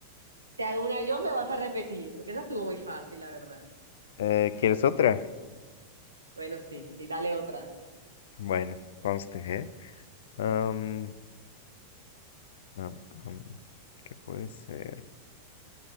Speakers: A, on the right; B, on the left.
A: te hago una yo, me vas a repetir, porque esa estuvo muy fácil, la verdad.
B: Eh, ¿quieres otra?
A: Bueno, sí, sí, dale otra.
B: Bueno, conste, ¿eh? Am, am, am, ¿qué puede ser?